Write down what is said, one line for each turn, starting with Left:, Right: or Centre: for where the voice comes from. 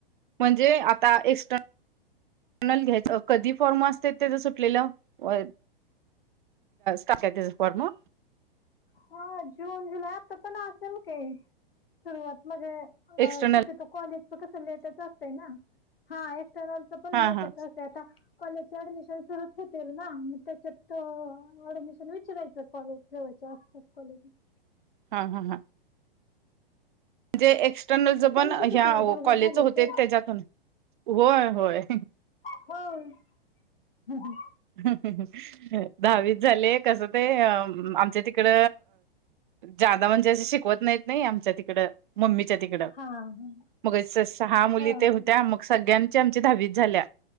Right: म्हणजे आता एक्स्टर्नल घ्यायचं. कधी फॉर्म असत्यात त्याचं सुटलेलं व टाकायच त्याच फॉर्म.
Left: हा जून जुलै आता पण असेल काय सुरुवात म्हणजे,
Right: एक्स्टर्नलच
Left: शक्यतो कॉलेज च कस लेटच असत ना. हा एक्सटर्नलच पण
Right: हा
Left: लेटच
Right: हा
Left: असत. ते आता कॉलेज ऍडमिशन सुरूच होतील. ना मग त्याच्यात ऍडमिशन विचारायचं कॉलेज तेन. चषास कवालेिटी <unintelligible>
Right: हा हा हा म्हणजे एक्सटर्नलच पण
Left: तुमची कितवी
Right: ह्या कॉलेजच
Left: झाली
Right: होते.
Left: का?
Right: त्याच्यातून होय होय.
Left: होम <unintelligible> हम ह
Right: दहावीच झाले. कस ते आमच्या ती कड जादा म्हणजे असे शिकवत नाहीत नाही आमच्या तिकडं. मम्मीच्या तिकडं
Left: हां, हां.
Right: मग सहा मुली
Left: हो,
Right: ते होत्या
Left: हो.
Right: मग, सगळ्यांची आमची दहावीच झाल्या